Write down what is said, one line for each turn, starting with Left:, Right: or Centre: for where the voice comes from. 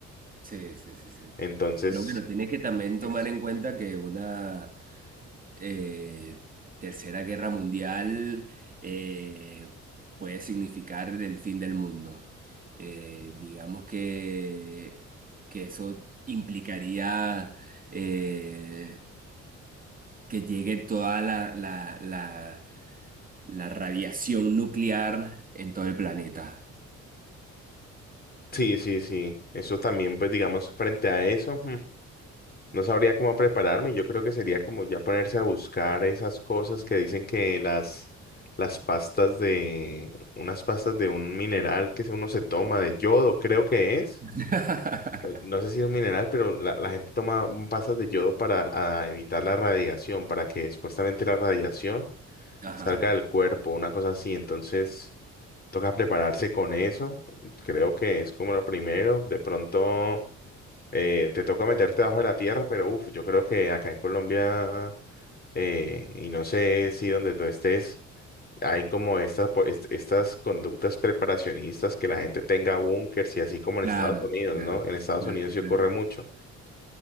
Right: Sí, sí, sí, sí.
Left: Entonces,
Right: Pero bueno, tienes que también
Left: es-
Right: tomar en cuenta que una... eh, Tercera Guerra Mundial eh, puede significar el fin del mundo. Eh, digamos que, que eso implicaría eh, que llegue toda la, la, la, la radiación nuclear en todo el planeta.
Left: sí, sí, sí, eso también pues digamos frente a eso. No sabría cómo prepararme. Yo creo que sería como ya ponerse a buscar esas cosas que dicen que las, las pastas de, unas pastas de un mineral que se- uno se toma de yodo, creo que es.
Right: <laughs>
Left: Eh, No sé si es un mineral, pero la, la gente toma un- pastas de yodo para a evitar la radiación, para que supuestamente la radiación
Right: Ajá,
Left: salga del cuerpo, una cosa así. Entonces, toca prepararse con eso. Creo que es como lo primero. De pronto. Eh, te toca meterte debajo de la tierra, pero uff, yo creo que acá en Colombia, eh, y no sé si donde tú estés, hay como estas, po- est- estas conductas preparacionistas que la gente tenga búnkers y así como en
Right: claro,
Left: Estados Unidos,
Right: claro,
Left: ¿no? En Estados
Right: claro,
Left: Unidos sí ocurre
Right: claro.
Left: mucho.